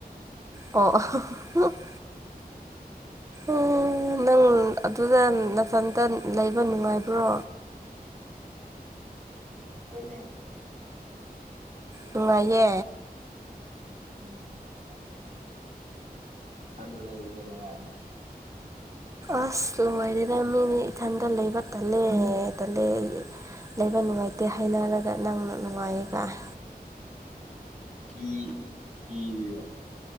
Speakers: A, on the right; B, on the right.
A: ꯑꯣ <unintelligible> ꯎ ꯅꯪ ꯑꯗꯨꯗ ꯅꯊꯟꯇ ꯂꯩꯕ ꯅꯨꯡꯉꯥꯏꯕ꯭ꯔꯣ꯫
B: ꯍꯣꯏꯅꯦ꯫
A: ꯅꯨꯉꯥꯢꯌꯦ꯫
B: ꯎꯝ ꯅꯨꯡꯉꯥꯏꯅꯤ ꯊꯟꯗ ꯂꯩꯩꯕꯖꯦ ꯅꯨꯡꯉꯥꯏꯕ <inaudible>
A: ꯑꯁ ꯂꯣꯏꯔꯦꯗ ꯃꯤꯗꯤ ꯏꯊꯟꯗ ꯂꯩꯕ ꯇꯜꯂꯦ ꯇꯜꯂꯦ ꯂꯩꯕ ꯅꯨꯡꯉꯥꯏꯇꯦ ꯍꯥꯏꯅꯔꯒ ꯅꯪꯅ ꯅꯨꯡꯉꯥꯏꯌꯦ ꯀꯥꯏ꯫
B: ꯀꯤ ꯀꯤꯔꯤꯔꯣ꯫